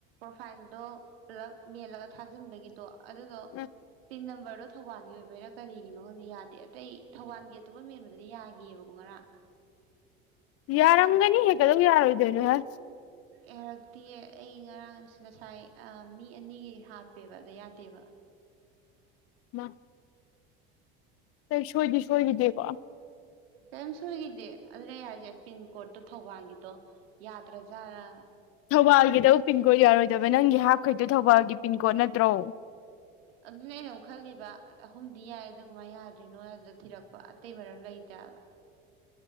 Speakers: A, on the right; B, on the left.
A: ꯐꯥꯏꯗꯣ ꯄꯂ ꯃꯤ ꯊꯥꯖꯤꯟꯕꯒꯤꯗꯣ ꯑꯗꯨꯗꯣ
B: ꯎꯝ
A: ꯇꯤꯟꯝꯕꯔ ꯑꯗꯣ ꯊꯧꯕꯥꯜꯒꯤ ꯑꯣꯏꯕꯩꯔꯥ ꯀꯔꯤꯒꯤꯅꯣ ꯈꯗꯤ ꯌꯥꯗꯦ ꯑꯇꯩ ꯊꯧꯕꯥꯜꯒꯤ ꯑꯇꯣꯞꯄ ꯃꯦꯟꯕꯗꯗꯤ ꯌꯥꯒꯤꯑꯕꯀꯣ ꯉꯔꯥꯡ
B: ꯌꯥꯔꯝꯒꯅꯤ ꯍꯦꯛꯒꯗꯧ ꯌꯥꯔꯣꯏꯗꯣꯏꯅꯣꯁ
A: ꯑꯦ ꯍꯗꯛꯇꯤ ꯑꯩ ꯉꯔꯥꯡꯁ ꯉꯁꯥꯏ ꯃꯤ ꯑꯅꯤꯒꯤ ꯍꯥꯞꯄꯦꯕ ꯑꯗ ꯌꯥꯗꯦꯕ
B: ꯃꯥ ꯀ ꯁꯣꯏꯗꯤ ꯁꯣꯏꯈꯤꯗꯦꯀꯣ
A: ꯀꯔꯤꯝ ꯁꯣꯏꯈꯤꯗꯦ ꯑꯗꯨꯅ ꯑꯩ ꯍꯥꯏꯁꯦ ꯄꯤꯟ ꯀꯣꯗꯠꯇꯣ ꯊꯧꯕꯥꯜꯒꯤꯗꯣ ꯌꯥꯗ꯭ꯔꯥꯖꯥꯠꯔ
B: ꯊꯧꯕꯥꯜꯒꯤꯗ ꯄꯤꯟꯀꯣꯗ ꯌꯥꯔꯣꯏꯗꯕ ꯅꯪꯒꯤ ꯍꯥꯞꯈꯩꯗꯣ ꯊꯧꯕꯥꯜꯒꯤ ꯄꯤꯟꯀꯣꯗ ꯅꯠꯇ꯭ꯔꯣ
A: ꯑꯗꯨꯅ ꯑꯩꯅ ꯑꯃꯨꯛ ꯈꯜꯂꯤꯕ ꯑꯍꯨꯝꯗꯤ ꯌꯥꯏ ꯑꯗꯨ ꯀꯃꯥꯏꯅ ꯌꯥꯗ꯭ꯔꯤꯅꯣ ꯑꯗꯨꯗ ꯊꯤꯔꯛꯄ ꯑꯇꯩ ꯃꯔꯝ ꯂꯩꯇꯕ